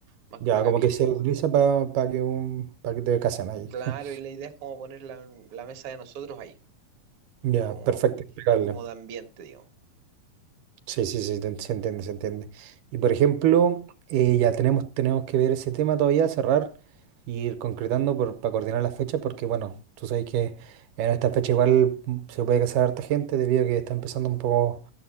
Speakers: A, on the right (about 55°); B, on the right (about 75°).
A: más que
B: Ya,
A: una capilla.
B: como que se utiliza para que, un, para que te casen ahí.
A: Claro,
B: <laughs>
A: y la idea es como poner la la mesa de nosotros ahí.
B: Ya,
A: como,
B: perfecto, impecable.
A: como de ambiente, digamos.
B: Sí, sí, sí, te- se entiende, se entiende. Y por ejemplo, eh, ya tenemos, tenemos que ver ese tema todavía, cerrar y ir concretando por, para coordinar las fechas, porque bueno, tú sabes que en esta fecha igual mm, se puede casar harta gente debido a que está empezando un poco